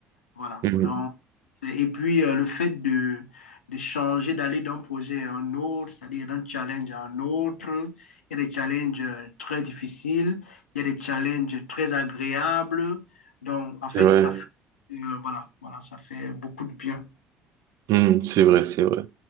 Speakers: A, on the left (about 85°); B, on the right (about 55°).
A: voilà.
B: Mhm.
A: Donc, c'est- et puis, euh, le fait de, de changer, d'aller d'un projet à un autre, c'est-à-dire d'un challenge à un autre, il y a des challenges euh, très difficiles, il y a des challenges très agréables. Donc, en
B: C'est
A: fait,
B: vrai.
A: ça fait, euh, voilà, voilà, ça fait beaucoup de bien.
B: Mhm. C'est vrai, c'est vrai.